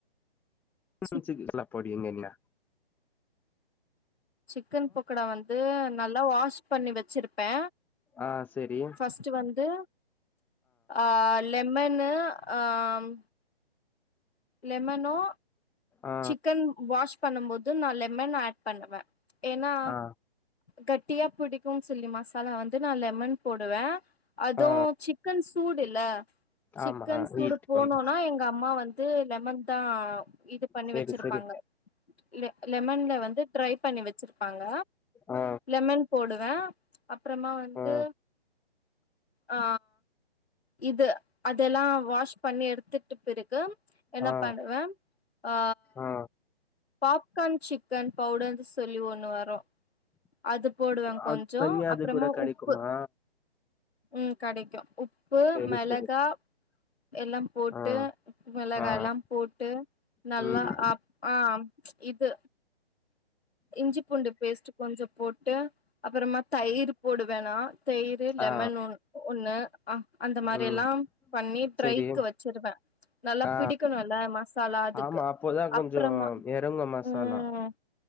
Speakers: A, in the centre; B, on the left.
A: <unintelligible>
B: சிக்
A: போடுவிங்க என்ன
B: சிக்கன் பொக்கடா வந்து நல்லா வாஷ் பண்ணி வெச்சிருப்பே
A: ஆ செரி
B: ஃபஸ்ட்டு வந்து ஆ லெமனு அம் லெமனோ
A: ஆ
B: சிக்கன் வாஷ் பண்ணும்போது நா லெமன் ஆட் பண்ணுவே எனா
A: ஆ
B: கட்டியாப் புடிக்கும் சொல்லி மசாலா வந்து நா லெமன் போடுவே அதுவு
A: ஆ
B: சிக் க்கன் சூடு இல்ல சிக்கன்
A: ஆமா
B: சூடுப்
A: ஈட்
B: போனோனா
A: கொஞ்சோ
B: எங்க அம்மா வந் து லெமன்தா இதுப் பண்ணி
A: செரி
B: வெச்சிருப்பாங்க
A: செரி
B: இரே லெமன்ல வந்து ட்ரைப் பண்ணி வெச்சிருப்பாங்க
A: ஆ
B: லெமன் போடுவே அப்றமா வந்து
A: ஆ
B: ஆ இது அதெல்லா வாஷ் பண்ணி எடுத்துட்டுப் பிறக்கு என்னப்
A: ஆ
B: பண்ணுவே அ
A: ஆ
B: பாப்கார்ன் சிக்கன் பவுடர்னு சொல்லி ஒன்னு வரு அது போடுவே
A: அது
B: கொஞ்சோ
A: தனியா
B: அப்பறமா
A: அது கூட கெடைக்குமா
B: உப்பு உம் கெடைக்கு உப்பு
A: செரி
B: மிளகா
A: செரி
B: எல்லாம் போட்டு
A: ஆ
B: மிளகா
A: ஆ
B: எல்லா போட்டு நல்லா
A: ம்
B: ஆ இது இஞ்சி பூண்டு பேஸ்ட்ட் கொஞ்சொ போட்டு அப்பறமா தயிர் போடுவே நா தயி ரு லெமன்
A: ஆ
B: ஒ ஒண்ணு ஆ அந்த மாரி
A: ம்
B: எல்லா பண்ணி ட்ரைக்கு
A: செரி
B: வெச்சிருவே நல்லா
A: ஆ
B: பிடிக்கணுல்ல மசாலா அதுக்கு
A: ஆமா அப்போதா
B: அப்பறமா
A: கொஞ்சோ எறங்கு மசாலா
B: உம்